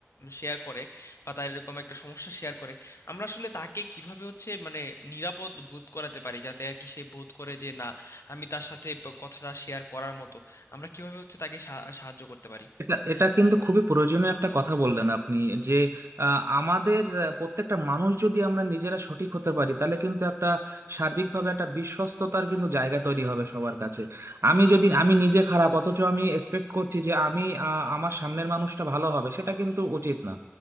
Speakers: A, on the left (about 75°); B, on the right (about 65°).
A: শেয়ার করে বা তার এরকম একটা সমস্যা শেয়ার করে আমরা আসলে তাকে কিভাবে হচ্ছে মানে নিরাপদ বোধ করাতে পারি যাতে আর কি সে বোধ করে যে না আমি তার সাথে প- কথাটা শেয়ার করার মতো আমরা কিভাবে হচ্ছে তাকে সা- সাহায্য করতে পারি
B: এটা এটা কিন্তু খুবই প্রয়োজনীয় একটা কথা বললেন আপনি যে আহ, আমাদের আহ, প্রত্যেকটা মানুষ যদি আমরা নিজেরা সঠিক হতে পারি তাহলে কিন্তু একটা সার্বিকভাবে একটা বিশ্বস্ততার কিন্তু জায়গা তৈরি হবে সবার কাছে আমি যদি আমি নিজে খারাপ অথচ আমি এক্সপেক্ট করছি যে আমি আহ, আমার সামনের মানুষটা ভালো হবে সেটা কিন্তু উচিত না